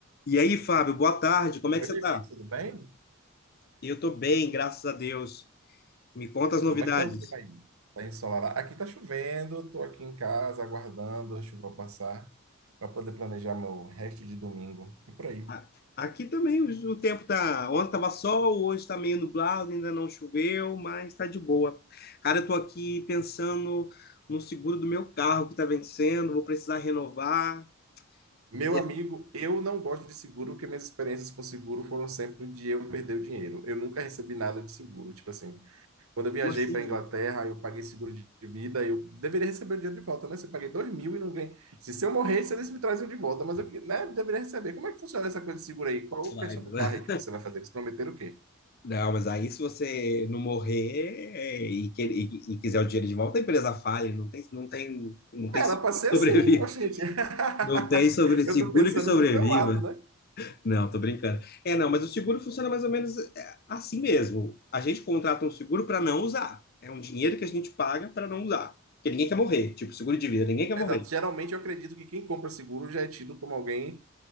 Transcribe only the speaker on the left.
E aí, Fábio, boa tarde, como
é que você
tá?
Eu tô bem, graças a Deus. Me conta as novidades.
A- Aqui também o o tempo tá. Ontem tava sol, hoje tá meio nublado, ainda não choveu, mas tá de boa. Cara, eu tô aqui pensando no seguro do meu carro que tá vencendo, vou precisar renovar.
É,
Como assim,
gente?
Vai,
né?
Não, mas aí se você não morrer é, e, que- e- e quiser o dinheiro de volta, a empresa fale, não tem, não tem, não tem
seguro
que sobrevive.
Não tem sobre
seguro
que sobreviva.
Não, tô brincando. É, não, mas o seguro funciona mais ou menos é, assim mesmo. A gente contrata um seguro para não usar. É um dinheiro que a gente paga para não usar. Porque ninguém quer morrer. Tipo, seguro de vida, ninguém quer morrer.